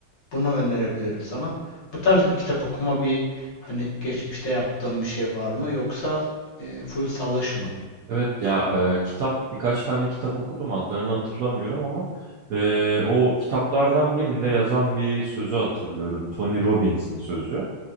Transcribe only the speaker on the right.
Evet ya e, kitap birkaç tane kitap okudum adlarını hatırlamıyorum ama e, o kitaplardan birinde yazan bir sözü hatırlıyorum. Tony Robbins'in sözü.